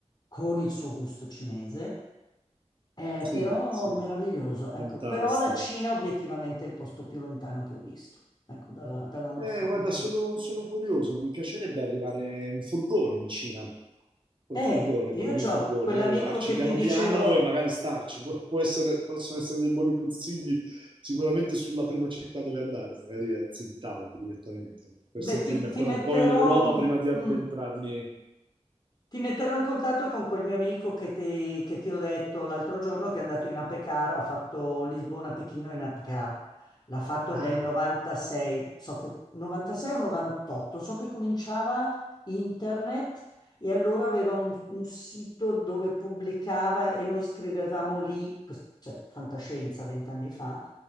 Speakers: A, on the left (about 35°); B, on the right (about 45°).
A: con il suo gusto cinese eh,
B: Sì,
A: però
B: sì,
A: meraviglioso, ecco.
B: fantastico.
A: Però la Cina obiettivamente è il posto più lontano che ho visto, ecco, dalla, dalla nostra
B: Eh, guarda,
A: cultura.
B: sono, sono curioso, mi piacerebbe arrivare in furgone in Cina, col
A: E
B: furgone,
A: io
B: col mio
A: ho
B: furgone,
A: quell'amico
B: arrivarci
A: che
B: piano
A: ti dicevo,
B: piano e magari starci. Può, può essere- possono essere dei buoni consigli sicuramente sulla prima città dove andare, magari a Tsingtao direttamente, per sentirmi
A: beh, ti,
B: ancora
A: ti metterò,
B: un po' in Europa prima di addentrarmi
A: mm, Ti metterò in contatto con quel mio amico che ti, che ti ho detto l'altro giorno che è andato in Apecar, ha fatto Lisbona-Pechino in Apecar. L'ha fatto
B: Ah,
A: nel 96, so che 96 o 98, so che cominciava internet e allora aveva un, un sito dove pubblicava e noi scrivevamo lì, quest- cioè fantascienza vent'anni fa,